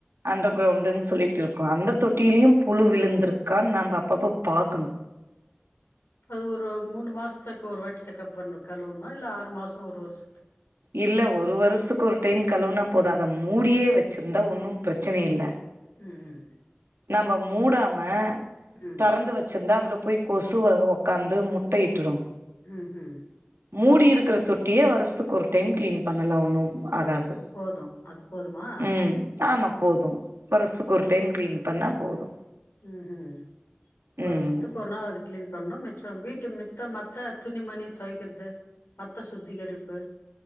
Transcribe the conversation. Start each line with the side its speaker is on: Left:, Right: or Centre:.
Right: அண்டர் கிரவுண்டுன் சொல்லிட்ருக்கு அந்த தொட்டிலயு
Left: ம்
Right: புழு விழுந்திருக்கான் நம்ப அப்பப்ப பாக்கனு
Left: அது ஒரு மூணு மாசத்துக்கு ஒரு வாட்டி செக்கப் பண்ண கழுவுனு இல்ல ஆறு மாச ஒரு வர்ஷ
Right: இல்ல ஒரு வருஷ்த்கு ஒரு டைம் கழுவுனா போது அத மூடியே வச்சுருந்தா ஒன்னு பிரச்சன இல்ல
Left: ம்
Right: நம்ப மூடாம
Left: ம்
Right: தெறந்து வச்சுருந்தா அதுல போய் கொசுவ ஒக்காந்து முட்ட இட்டுடு
Left: ம் ஹும்
Right: மூடி இருக்குற தொட்டிய வருஸ்த்துக்கு ஒரு டைம் கிளீன் பண்ணலா ஒன்னு ஆகாது
Left: போது அது போதுமா?
Right: ம் ஆமா போது வருஸ்த்துக்கு ஒரு டைம் க்ளீன் பண்ணா போது
Left: ம் ஹும் வருஸ்த்துக்கு
Right: ம்
Left: ஒரு நாள் அது கிளீன் பண்ணு மிச்சொ வீட் டு மித்த மத்த துணி மணி தொவக்கிற்து மத்த சுத்திகரிப்பு